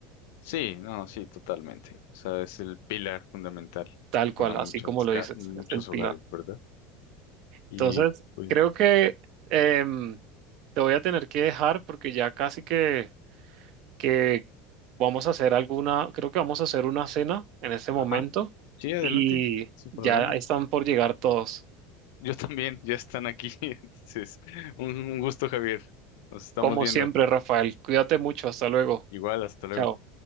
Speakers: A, on the left (about 75°); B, on the right (about 55°).
A: Sí, no, sí, totalmente. O sea, es el pilar fundamental
B: tal cual,
A: para muchas,
B: así como lo
A: ca-
B: dices,
A: muchos
B: es el pilar.
A: hogares, ¿verdad? Y
B: Entonces,
A: pues,
B: creo que em, te voy a tener que dejar porque ya casi que, que vamos a hacer alguna, creo que vamos a hacer una cena en este momento
A: ajá, sí, adelante,
B: y
A: sin
B: ya
A: problema.
B: están por llegar todos.
A: Yo también, ya están aquí. <laughs> Entonces, un, un gusto, Javier. Nos estamos
B: Como
A: viendo.
B: siempre, Rafael, cuídate mucho, hasta luego.
A: Igual, hasta luego.
B: Chao.